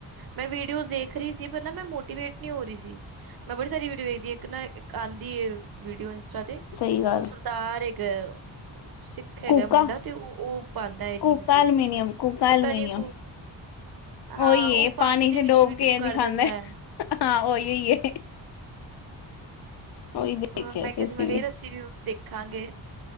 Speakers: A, on the right; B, on the left.
A: ਮੈਂ ਵੀਡੀਓਜ਼ ਦੇਖ ਰਹੀ ਸੀ, ਪਰ ਨਾ ਮੈਂ ਮੋਟੀਵੇਟ ਨਹੀਂ ਹੋ ਰਹੀ ਸੀ। ਮੈਂ ਬੜੀ ਸਾਰੀ ਵੀਡੀਓ ਵੇਖਦੀ ਇੱਕ ਨਾ ਇੱਕ ਆਂਦੀ ਏ ਵੀਡੀਓ ਇੰਸਟਾ ਤੇ
B: ਸਹੀ ਗੱਲ
A: ਉਹ ਸਰਦਾਰ ਇੱਕ ਸਿੱਖ ਹੈਗਾ
B: ਕੂਕਾ
A: ਮੁੰਡਾ ਤੇ ਉਹ, ਉਹ ਪਾਉਂਦਾ ਇਹਦੀ
B: ਕੂਕਾ
A: ਵੀਡੀਔ।
B: ਅਲਮੀਨੀਅਮ ਕੂਕਾ
A: ਪਤਾ
B: ਅਲਮੀਨੀਅਮ
A: ਨੀ ਕੋ ਹਾਂ
B: ਉਹੀ
A: ਉਹ
B: ਏ
A: ਪਾਣੀ ਦੇ
B: ਚ
A: ਵਿੱਚ
B: ਡੋਬ
A: ਵੀ ਡਿਪ
B: ਕੇ
A: ਕਰ
B: ਦਿਖਾਂਦਾ
A: ਦੇਂਦੈ।
B: ਹਾਂ ਉਹੀਔ ਈ ਏ। ਉਹੀ ਦੇਖਿਆ
A: ਮੈਂ ਕਿਹਾ
B: ਅਸੀਂ
A: ਸੀ, ਮੈਂ ਕਿਹਾ ਰੱਸੀ ਵੀ ਦੇਖ ਰਖਾਂਗੇ,